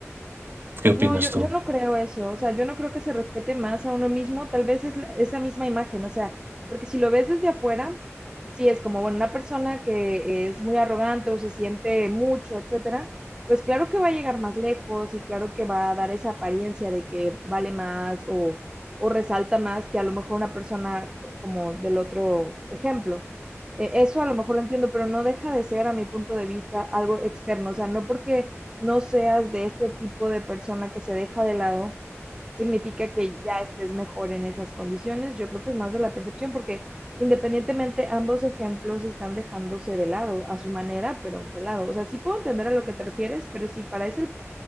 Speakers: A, on the right (about 50°); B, on the right (about 15°).
A: ¿Qué opinas
B: No, yo,
A: tú?
B: yo no creo eso, o sea, yo no creo que se respete más a uno mismo, tal vez es la- esa misma imagen, o sea, porque si lo ves desde afuera, sí es como, bueno, una persona que es muy arrogante o se siente mucho, etcétera, pues claro que va a llegar más lejos y claro que va a dar esa apariencia de que vale más o, o resalta más que a lo mejor una persona co- como del otro ejemplo. Eh, Eso a lo mejor lo entiendo, pero no deja de ser, a mi punto de vista, algo externo, o sea, no porque no seas de este tipo de persona que se deja de lado, significa que ya estés mejor en esas condiciones. Yo creo que es más de la percepción porque independientemente ambos ejemplos están dejándose de lado a su manera, pero de lado. O sea, sí puedo entender a lo que te refieres, pero si para ese,